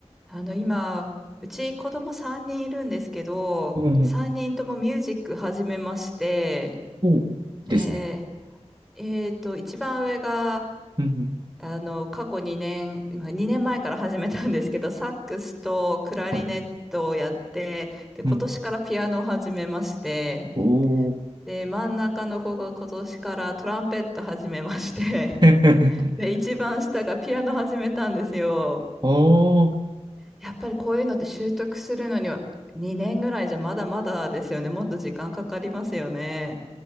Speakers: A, in the centre; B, on the right.
A: あの、今、うち子供3人いるんですけど、
B: うんうん。
A: 3人ともミュージック始めまして、
B: おー。
A: え
B: ですね。
A: えーと、一番上が、
B: うんう
A: あの、過去2年、今2年前から始めたんですけど、サックスとクラリネットをやって、
B: ん。はい。
A: で、今年からピアノを始めまして、
B: うん。おー。
A: で、真ん中の子が今年からトランペット始めまして、
B: <laughs>
A: <laughs> で、一番下がピアノ始めたんですよ。
B: おお
A: やっぱりこういうのって習得するのには2年ぐらいじゃまだまだですよね。もっと時間かかりますよね。